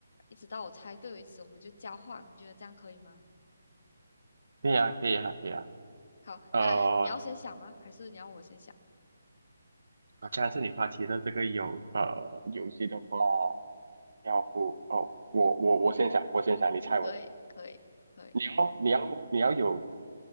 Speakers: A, on the left (about 45°); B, on the right (about 70°).
A: 一直到我猜对为止，我们就交换。你觉得这样可以吗？
B: 可以啊，可以啊，可以啊。
A: 好，
B: 呃，
A: 那你要先想吗？还是你要我先想？
B: 好像是你发起的这个游呃游戏的话，要不哦，我我我先想，我先想，你猜我的。
A: 可以，可以，可以。
B: 你要你要你要有，